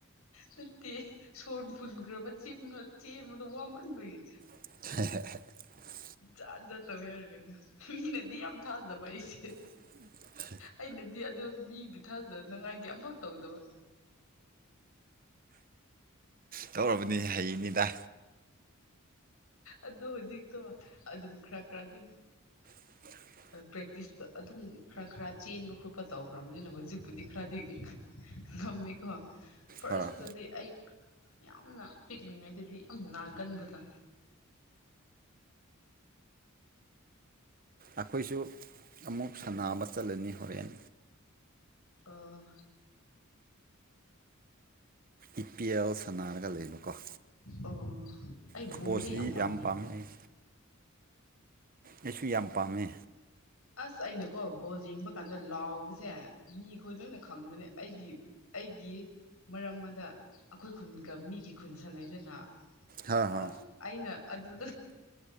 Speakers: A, on the left; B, on the right.
A: ꯅꯠꯇꯦ ꯁꯣꯔ ꯐꯨꯟꯈ꯭ꯔꯕꯕ ꯆꯦꯟꯕꯗꯣ ꯋꯥꯃꯟꯕꯒꯤ
B: <unintelligible>
A: ꯖꯥꯠ ꯖꯠꯠꯇꯧ ꯌꯥꯔꯒꯦꯗ ꯃꯤꯅꯗꯤ ꯌꯥꯝ ꯊꯥꯖꯕ ꯑꯩꯁꯦ
B: ꯎꯝ <unintelligible>
A: ꯑꯩꯅꯗꯤ ꯑꯣ ꯃꯤꯒꯤ ꯊꯥꯖꯅꯉꯥꯏ ꯀꯌꯥꯐꯛ ꯇꯧꯗꯕ
B: ꯇꯧꯔꯕꯅꯤ ꯍꯩꯅꯤꯗ
A: ꯑꯗꯣ ꯍꯧꯖꯤꯛꯇꯣ ꯑꯗꯨꯝ ꯈꯔ ꯈꯔꯗꯤ
B: ꯌꯥ <unintelligible>
A: ꯄ꯭ꯔꯦꯛꯇꯤꯁꯇ ꯑꯗꯨꯝ ꯈꯔ ꯈꯔ ꯆꯦꯟꯕ ꯈꯣꯠꯄ ꯇꯧꯈ꯭ꯔꯕꯅꯤꯅ ꯍꯧꯖꯤꯛꯄꯨꯗꯤ ꯈꯔꯗꯤ ꯉꯝꯃꯦꯀꯣ ꯐꯥꯔꯁꯇꯨꯗꯤ
B: ꯍꯥ ꯍꯥ
A: ꯑꯩ ꯌꯥꯝꯅ ꯄꯤꯛꯂꯤꯉꯩꯗꯗꯤ ꯑ ꯅꯥꯒꯟꯕꯗꯥ
B: ꯑꯩꯈꯣꯏꯁꯨ ꯑꯃꯨꯛ ꯁꯥꯟꯅꯕ ꯆꯠꯂꯅꯤ ꯍꯣꯔꯦꯟ
A: ꯑ
B: ꯏ ꯄꯤ ꯑꯦꯜ ꯁꯅꯥꯔꯒ ꯂꯩꯕꯀꯣ
A: ꯑꯣ ꯑꯩ
B: ꯐꯨꯠꯕꯣꯜꯁꯤꯗꯤ
A: ꯜꯗ ꯌꯥꯝꯄꯥꯥꯝꯃꯦ
B: ꯌꯥꯝ ꯄꯥꯝꯃꯦ ꯑꯩ ꯑꯩꯁꯨ ꯌꯥꯝ ꯄꯥꯝꯃꯦ
A: ꯑꯁ ꯑꯩꯅꯀꯣ ꯕꯣꯜ ꯌꯦꯡꯕ ꯀꯥꯟꯗ ꯂꯥꯎꯕꯁꯦ ꯃꯤꯈꯣꯏ ꯂꯣꯏꯅ ꯈꯪꯕꯅꯦ ꯑꯩꯒꯤ ꯑꯩꯒꯤ ꯃꯔꯝ ꯑꯃꯗ ꯑꯩꯈꯣꯏ ꯈꯨꯟꯒ ꯃꯤꯒꯤ ꯈꯨꯟꯁꯅꯩꯗꯅ
B: ꯍꯥ
A: ꯑ
B: ꯍꯥ
A: ꯑꯏꯩꯅ ꯑꯗꯨ